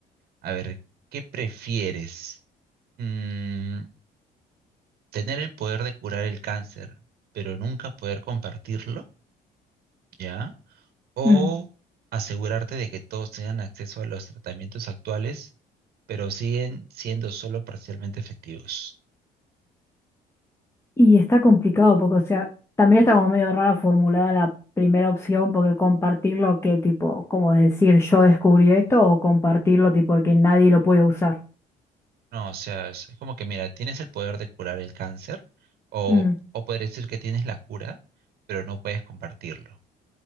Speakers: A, on the right (about 60°); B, on the left (about 15°).
A: A ver, ¿qué prefieres? Mm, ¿tener el poder de curar el cáncer, pero nunca poder compartirlo? ¿Ya? o
B: Mm.
A: asegurarte de que todos tengan acceso a los tratamientos actuales, pero siguen siendo solo parcialmente efectivos.
B: Y está complicado porque, o sea, también está como medio rara formulada la primera opción porque compartirlo que tipo, como decir yo descubrí esto o compartirlo tipo de que nadie lo puede usar.
A: No, o sea, es como que mira, tienes el poder de curar el cáncer o,
B: Mm,
A: o poder decir que tienes la cura, pero no puedes compartirlo,